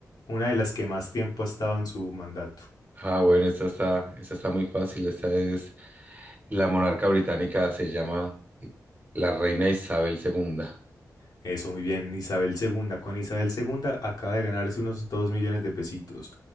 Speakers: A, on the left; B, on the right.
A: Una de las que más tiempo ha estado en su mandato.
B: Ah, bueno, esta está, esta está muy fácil. Esta es La monarca británica se llama la reina Isabel segunda.
A: Eso, muy bien, Isabel segunda Con Isabel segunda acaba de ganarse unos 2 millones de pesitos.